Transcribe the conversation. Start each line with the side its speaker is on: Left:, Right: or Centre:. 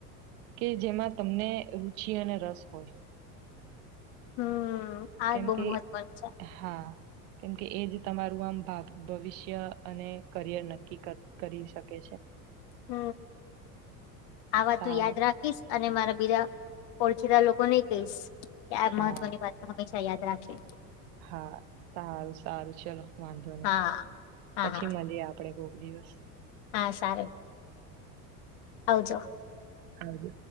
Right: કે જેમાં તમને રુચિ અને રસ હોય.
Left: હમ આ
Right: કેમ
Left: બહુ
Right: કે
Left: મહત્વનું છે
Right: હા. કેમકે એજ તમારું આમ ભાગ. ભવિષ્ય અને કરિયર નક્કી કરી શકે છે.
Left: હ આ વાતું
Right: સારું
Left: યાદ રાખીશ અને મારા બીજા ઓળખીતા લોકો. ન કહીશ કે આ
Right: હા
Left: મહત્વની વાત હંમેશા યાદ રાખશે.
Right: હા સારું સારું ચલો વાંધો નહી
Left: હા હા
Right: પછી
Left: હા
Right: મળીએ આપડે. રોગ દિવસ.
Left: હા સારું આવવજો.
Right: હજ.